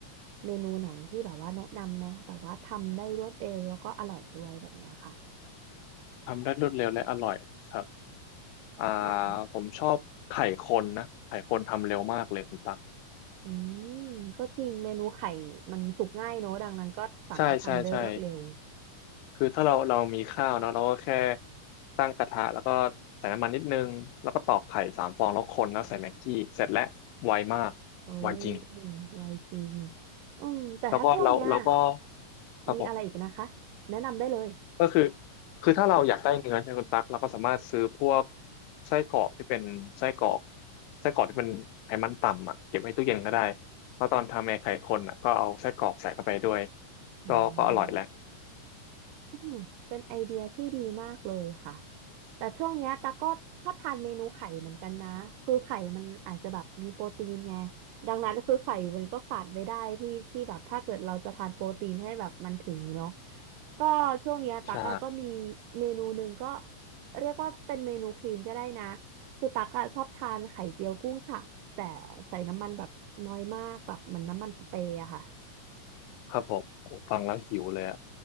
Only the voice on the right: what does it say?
เมนูไหนที่แบบว่าแนะนำไหมแต่ว่าทำได้รวดเร็วแล้วก็อร่อยด้วยแบบเนี้ยค่ะ
ค่ะ
อืมก็จริงเมนูไข่มันสุกง่ายเนอะ ดังนั้นก็สามารถทำได้รวดเร็ว
เอ้ย
ไวจริงอืมแต่ถ้าช่วงเนี้ย
มีอะไรอีกนะคะ แนะนำได้เลย
อืม
อืมเป็นไอเดียที่ดีมากเลยค่ะ แต่ช่วงเนี้ยตาก็ชอบทานเมนูไข่เหมือนกันนะ คือไข่มันอาจจะแบบมีโปรตีนไงดังนั้นคือไข่มันก็ขาดไม่ได้ที่ที่แบบถ้าเกิดเราจะทานโปรตีนให้แบบมันถึงเนาะก็ช่วงเนี้ยตาก็ก็มี
เมนูหนึ่งก็เรียกว่าเป็นเมนูครีมก็ได้นะคือตักอะชอบทานไข่เจียวกุ้งสับแต่ใส่น้ำมันแบบน้อยมากแบบเหมือนน้ำมันสเปรย์อะค่ะ